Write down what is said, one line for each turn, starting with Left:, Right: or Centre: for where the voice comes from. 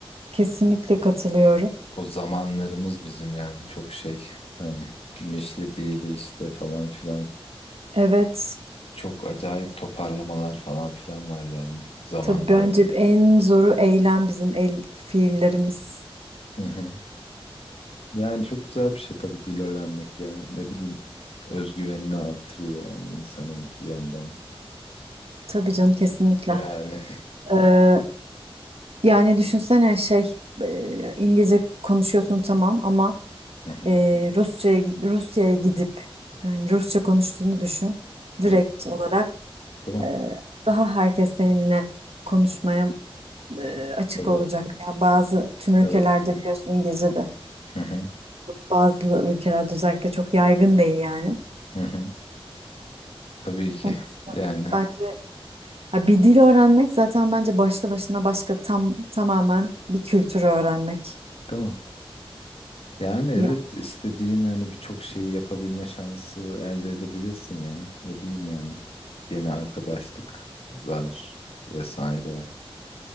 Right: Kesinlikle katılıyorum.
Left: O zamanlarımız bizim yani çok şey hani mişli dili işte falan filan.
Right: Evet.
Left: Çok acayip toparlamalar falan filan var yani zamanlarda.
Right: Tabii bence en zoru eylem bizim el fiillerimiz.
Left: Hı hı. Yani çok güzel bir şey tabii dil öğrenmek ya. Ne bileyim özgüvenini artırıyor yani insanın bir yandan.
Right: Tabii canım kesinlikle.
Left: Yani
Right: Ee, yani düşünsene şey e, İngilizce konuşuyorsun tamam ama
Left: Hı hı.
Right: e, Rusça'ya gi- Rusya'ya gidip yani Rusça konuştuğunu düşün. Direkt
Left: Evet.
Right: olarak
Left: Değil mi?
Right: e, daha herkes seninle konuşmaya e, açık
Left: Tabii.
Right: olacak. Yani bazı tüm ülkelerde
Left: Evet.
Right: biliyorsun İngilizce de
Left: Hı hı.
Right: bazı ülkelerde özellikle çok yaygın değil yani.
Left: Hı hı. Tabii ki.
Right: Onun için
Left: Yani.
Right: bence Ha, bir dil öğrenmek zaten bence başlı başına başka tam tamamen bir kültürü öğrenmek.
Left: Değil mi? Yani evet
Right: Ya,
Left: istediğin hani birçok şeyi yapabilme şansı elde edebilirsin ya. Ne bileyim yani. Yeni arkadaşlıklar vesaire.